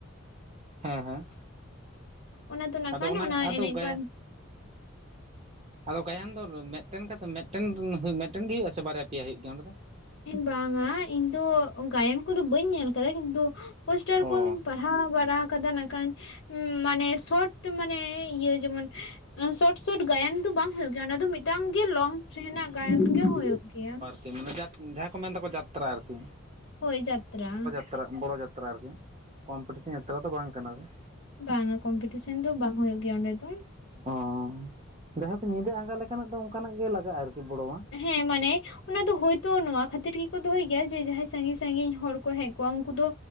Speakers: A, on the right; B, on the left.
A: ᱦᱮᱸ ᱦᱮᱸ?
B: ᱚᱱᱟ ᱫᱚ ᱱᱟᱜ
A: ᱟᱫᱚ
B: ᱠᱷᱟᱱ
A: ᱚᱱᱟ ᱟᱫᱚ
B: ᱮᱱᱮᱡ
A: ᱜᱟᱭᱟᱱ
B: ᱵᱟᱨ
A: ᱟᱫᱚ ᱜᱟᱭᱟᱱ ᱫᱚ ᱢᱮᱫᱴᱮᱱ ᱠᱟᱛᱮ ᱢᱤᱫᱴᱮᱱ ᱨᱮ ᱢᱤᱫᱴᱮᱱ ᱜᱮ ᱦᱩᱭᱩᱜᱼᱟ ᱥᱮ ᱵᱟᱨᱭᱟ ᱯᱮᱭᱟ ᱦᱩᱭᱩᱜ ᱜᱮᱭᱟ ᱚᱸᱰᱮ ᱫᱚ?
B: ᱤᱧ ᱵᱟᱝᱟ ᱤᱧ ᱫᱚ ᱜᱟᱭᱟᱱ ᱠᱚᱫᱚ ᱵᱟᱹᱧ ᱧᱮᱞ ᱠᱟᱫᱟ, ᱠᱤᱱᱛᱩ ᱯᱳᱥᱴᱟᱨ
A: ᱚ
B: ᱠᱚᱧ ᱯᱟ ᱯᱟᱲᱦᱟᱣ ᱵᱟᱲᱟ ᱠᱟᱫᱟ ᱱᱟᱸᱜ ᱠᱷᱟᱱ ᱢᱟᱱᱮ ᱥᱚᱴ ᱢᱟᱱᱮ ᱤᱭᱟᱹ ᱡᱮᱢᱚᱱ ᱥᱚᱴ ᱥᱚᱴ ᱜᱟᱭᱟᱱ ᱫᱚ ᱵᱟᱝ ᱦᱳᱭᱳᱜ ᱜᱮᱭᱟ᱾ ᱚᱱᱟ ᱫᱚ ᱢᱤᱫᱴᱟᱝ ᱜᱮ ᱞᱚᱝ ᱨᱮᱱᱟᱜ ᱜᱟᱭᱟᱱ ᱜᱮ ᱦᱳᱭᱳᱜ ᱜᱮᱭᱟ᱾
A: ᱢᱮᱱᱮᱡᱟᱨ ᱡᱟᱦᱟᱸᱭ ᱠᱚ ᱢᱮᱱ ᱫᱟᱠᱚ ᱡᱟᱛᱨᱟ ᱟᱨᱠᱤ᱾᱾
B: ᱦᱳᱭ ᱡᱟᱛᱨᱟ᱾
A: ᱛᱟᱨᱟᱜ ᱡᱟᱛᱨᱟ ᱵᱚᱲᱚ ᱡᱟᱛᱨᱟ ᱟᱨᱠᱤ, ᱠᱚᱢᱯᱤᱴᱤᱥᱮᱱ ᱡᱟᱛᱨᱟ ᱫᱚ ᱵᱟᱝ ᱠᱟᱱᱟ᱾
B: ᱵᱟᱝᱼᱟ ᱠᱚᱢᱯᱤᱴᱤᱥᱚᱱ ᱫᱚ ᱵᱟᱝ ᱦᱳᱭᱳᱜ ᱜᱮᱭᱟ ᱚᱸᱰᱮ ᱫᱚ᱾
A: ᱚᱸᱻ ᱡᱟᱭᱦᱳᱠ ᱧᱤᱫᱟᱹ ᱟᱸᱜᱟ ᱞᱮᱠᱟᱱᱟᱜ ᱫᱚ ᱚᱱᱠᱟᱱᱟᱜ ᱜᱮ ᱞᱟᱜᱟᱜᱼᱟ ᱟᱨᱠᱤ ᱵᱚᱲᱚᱣᱟᱜ᱾
B: ᱦᱮᱸ ᱢᱟᱱᱮ ᱚᱱᱟ ᱫᱚ ᱦᱳᱭᱛᱳ ᱱᱚᱶᱟ ᱠᱷᱟᱹᱛᱤᱨ ᱜᱮᱠᱚ ᱫᱚᱦᱚᱭ ᱜᱮᱭᱟ, ᱡᱮ ᱡᱟᱦᱟᱸᱭ ᱥᱟᱺᱜᱤᱧ ᱥᱟᱺᱜᱤᱧ ᱦᱚᱲ ᱠᱚ ᱦᱮᱡ ᱡᱚᱜᱼᱟ ᱩᱱᱠᱩ ᱫᱚ